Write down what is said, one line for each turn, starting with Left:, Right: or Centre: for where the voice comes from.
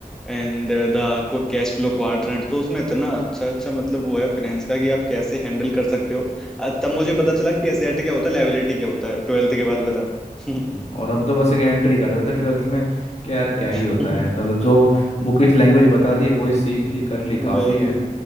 Centre: and the Cashflow Quadrant तो उसमें इतना अच्छा अच्छा मतलब वो है फाइनेंस का कि आप कैसे हैंडल कर सकते हो अ, तब मुझे पता चला कि एसेट क्या होता है लायबिलिटी क्या होता है ट्वेल्थ के बाद बताओ
Left: हम्म, और हम तो बस एक एंट्री कर रहे थे ट्वेल्थ में कि यार क्या ही
Centre: <laughs>
Left: होता है ऐसा तो जो बुकिश लैंग्वेज बता दी है वही सीख ली कर ली
Centre: वही
Left: काफ़ी है